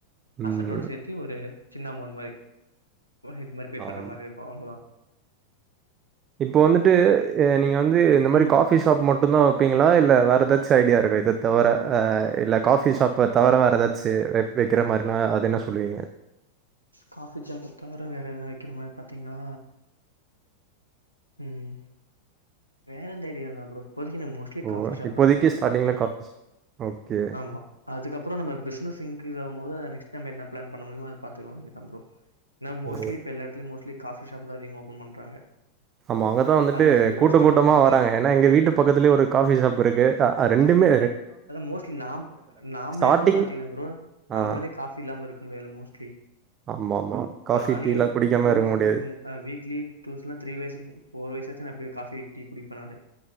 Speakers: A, on the right; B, on the left.
A: ம்.
B: அசட்டோட சேத்தி ஒரு சின்ன அமோன் மாரி இது மாரி பே
A: ஆம்
B: பண்ற மாரி இருக்கு அவ்ளோதா
A: இப்போ வந்துட்டு நீங்க வந் வந்து இந்த மாரி
B: ம்
A: காஃபி ஷாப் மட்டுந்தா வெப்பீங்களா இல்ல வேற ஏதாச்சி அய் டியா இருக்கா இத தவற அ இல்ல காஃபி ஷாப் தவற வேர ஏதாச்சி வெப் வெக்ரமாரினா அது என்ன சொல்வீங்க
B: காஃபி ஷாப்ப தவர வேற எதனா வெக்கனுமா பாத்தீங்கன்னா உம் வேறந்த ஐடியல்ல புரோ இப்போதிக்கு நா மோஸ்லி
A: ஓ
B: காஃபி ஷாப்தா
A: இப்போதைக்கு
B: ப்ரோ
A: ஸ்டார்ட்டிங்ல
B: காப்ஃபே
A: காஃபி ஓகே.
B: ஆமா அதுக்கப் அப்ற நம்ம பிஸ்னஸ் இங்கிரீஸ் ஆவும் போது நெக்ஸ்ட் நம் என்ன பிளான் பண்ண முடிமோ அத பாத்துகலா எனு டைம் ப்ரோ நா மோஸ்லி
A: ஓ
B: இப்ப எல்லா எடதுலயு மோஸ்லி காஃபி ஷாப் தா அதிகமா ஓப்பன் பண்றாங்க
A: ஆமா அங்கதா வந்துட்டு
B: அதெல்லாம் ஃபுட்
A: கூட்ட
B: ரெஸ்டாரண்ட்
A: கூட்டமா வராங்க ஏன்னா எங்க வீட்டு பக்கத்துலயே ஒரு காஃபி ஷாப் இருக்கு ரெண்டுமே
B: அத மோஸ்ட்லி நாம் நாம்ளே
A: ஸ்டார்ட்டிங்
B: கூட பாத்தீங்னா ப்ரோ நம்ளாலே
A: ஆ
B: காஃபி இல்லாம இருக்க முடியாதுல மோஸ்ட்லி
A: ஆமாமா. ஆமா.
B: இப்ப
A: காஃபி,
B: நானே
A: டீலாம் குடிக்காம
B: டூர்ஸ்
A: இருக்க முடியாது.
B: வீக்ளீ டூர்ஸ்ல த்ரீ வயசு ஃபோர் வயசு ஆச்சினா அப்டியே காஃபி டீ குடிப்ப நானு